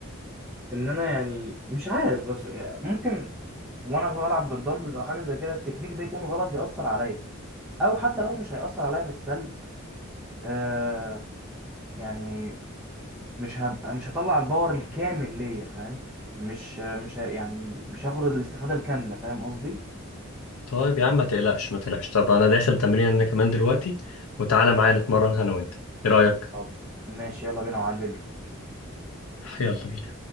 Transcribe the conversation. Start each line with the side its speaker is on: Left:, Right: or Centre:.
Centre: ان انا يعني مش عارف بس ممكن وانا بلعب بالدمبلز او حاجه زي كده التكنيك ده يكون غلط ياثر عليا او حتى لو مش هياثر عليا بالسلب آه يعني مش هبقى مش هطلع الباور الكامل ليا فاهم مش مش ه- يعني مش هاخد الاستفاده الكامله فاهم قصدي
Left: طيب يا عم ما تقلقش ما تقلقش طب أنا داخل تمرين أنا كمان دلوقتي وتعالى معايا نتمرن أنا وأنت إيه رأيك؟
Centre: طب ماشي يلا بينا وعلمني
Left: يلا بينا